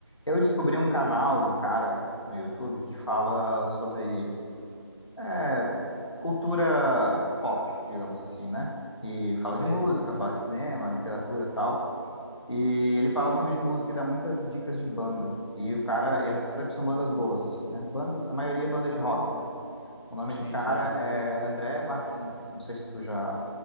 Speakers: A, on the left (about 90°); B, on the right (about 75°).
A: Eu descobri um canal de um cara no YouTube que fala sobre é, cultura pop, digamos assim, né? E fala
B: Sei.
A: de música, fala de cinema, literatura, e tal. E ele fala muito de música e dá muitas dicas de banda. E o cara, e as sempre são bandas boas, assim, né? Bandas, a maioria é banda de rock, né? O nome
B: Sim,
A: do cara
B: sim.
A: é André Barcinski. Não sei se tu já,